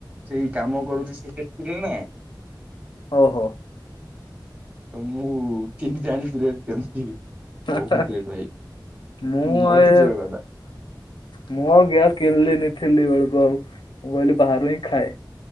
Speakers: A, on the right; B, on the left.
A: ସେଇ କାମ କରୁଛି ସେ ନା
B: ଓହୋ।
A: ତ ମୁଁ ଠିକ ଜାଣିଛି ରେଟ କେମିତି।
B: ହା
A: ବହୁତ
B: ହା।
A: ରେଟ୍ ଭାଇ
B: ମୁଁ
A: ମରିଯିବା
B: ଏ
A: କଥା।
B: ମୁଁ ଆଉ ଗ୍ୟାସ କିଣିଲିନି। ଥିଲି ବେଳକୁ ଆଉ ମୁଁ କହିଲି ବାହାରୁ ହିଁ ଖାଏ।